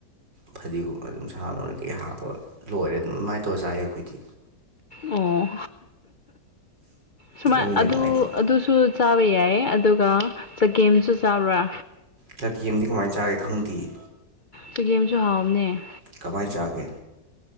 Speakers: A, on the right (about 80°); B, on the left (about 75°).
A: ꯐꯗꯤꯒꯨꯝꯕ ꯑꯗꯨꯝ ꯁꯥꯃꯔꯣꯏ ꯀꯩ ꯍꯥꯞꯄ ꯂꯣꯏꯔꯦ ꯑꯗꯨꯝ ꯑꯗꯨꯃꯥꯏꯅ ꯇꯧꯔ ꯆꯥꯏ ꯑꯩꯈꯣꯏꯗꯤ
B: ꯑꯣ ꯁꯨꯃꯥꯏ
A: ꯅꯣꯏꯅ
B: ꯑꯗꯨ
A: ꯀꯃꯥꯏꯅ
B: ꯑꯗꯨꯁꯨ ꯆꯥꯕ ꯌꯥꯏ ꯑꯗꯨꯒ ꯆꯒꯦꯝꯁꯨ ꯆꯥꯕ꯭ꯔꯥ
A: ꯆꯒꯦꯝꯗꯤ ꯀꯃꯥꯏꯟ ꯆꯥꯒꯦ ꯈꯪꯗꯤꯌꯦ
B: ꯆꯒꯦꯝꯁꯨ ꯍꯥꯎꯕꯅꯦ
A: ꯀꯃꯥꯏ ꯆꯥꯒꯦ